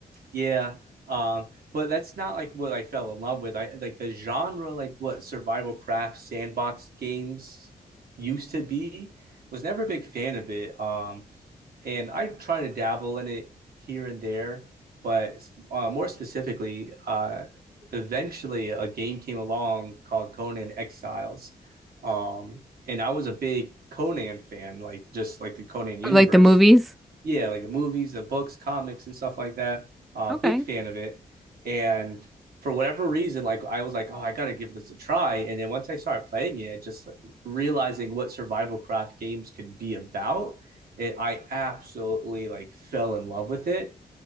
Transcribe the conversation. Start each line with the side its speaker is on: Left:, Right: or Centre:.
Right: Yeah. Um, but that's not like what I fell in love with. I like the genre, like what survival craft sandbox games used to be, was never a big fan of it. Um, and I try to dabble in it here and there, but uh, more specifically, uh, eventually a game came along called Conan Exiles, um, and I was a big Conan fan, like just like the Conan universe.
Centre: Like the movies?
Right: Yeah, like the movies, the books, comics, and stuff like that. Uh,
Centre: Okay.
Right: big fan of it, and for whatever reason, like I was like, oh, I gotta give this a try. And then once I started playing it, just like, realizing what survival craft games could be about, and I absolutely like fell in love with it.